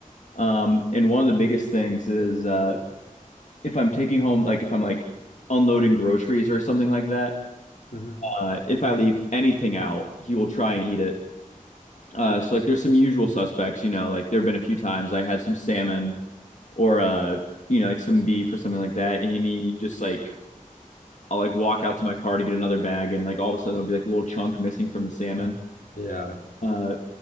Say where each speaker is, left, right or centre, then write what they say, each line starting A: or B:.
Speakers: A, on the left (about 60°); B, on the left (about 80°).
A: Um, and one of the biggest things is uh, if I'm taking home like if I'm like unloading groceries or something like that,
B: hmm
A: uh, if I leave anything out, he will try and eat it. Uh, so like there's some usual suspects, you know, like there have been a few times I had some salmon or uh, you know, like some beef or something like that, and you need just like I'll like walk out to my car to get another bag, and like all of a sudden there'll be like a little chunk missing from the salmon.
B: <laughs> yeah.
A: Uh,